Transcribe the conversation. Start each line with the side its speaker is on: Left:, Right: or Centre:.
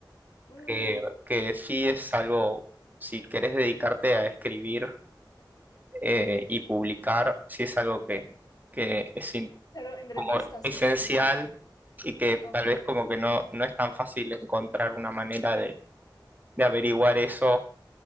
Left: Mm,
Right: que, que sí es algo, si querés dedicarte a escribir eh, y publicar, sí es algo que, que es in-
Left: pero en revistas
Right: como esencial
Left: y tal, ¿no?
Right: y que
Left: Ajá.
Right: tal vez como que no, no es tan fácil encontrar una manera de, de averiguar eso